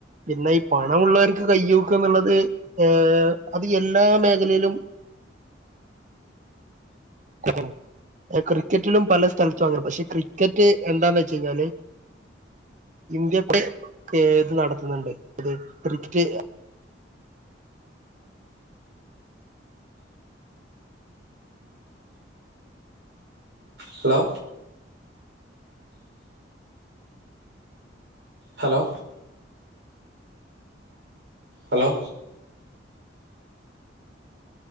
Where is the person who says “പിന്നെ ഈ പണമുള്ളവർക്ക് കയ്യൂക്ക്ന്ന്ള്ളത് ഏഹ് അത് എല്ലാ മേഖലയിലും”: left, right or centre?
Right